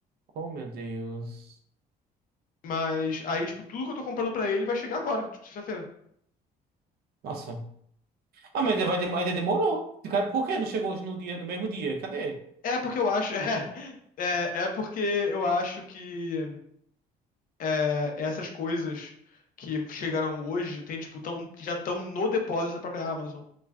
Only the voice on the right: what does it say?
Oh, meu Deus.
Nossa. Ah, mas ainda, vai dem- ainda demorou. Fica- Por que não chegou hoje no dia, no mesmo dia? Cadê?